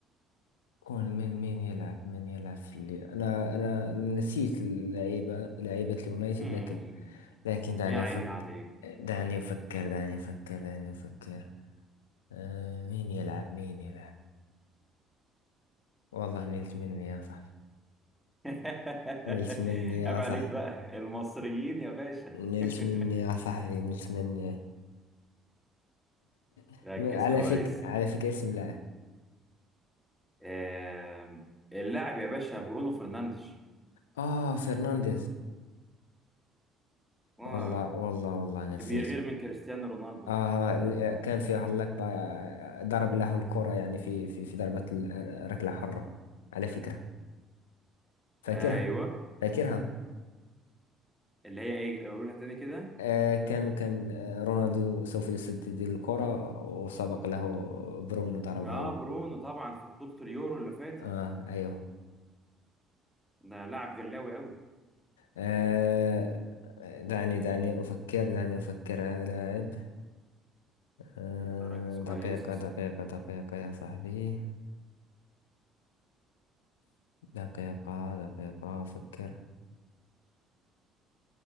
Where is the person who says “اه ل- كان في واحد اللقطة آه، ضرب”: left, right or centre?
Left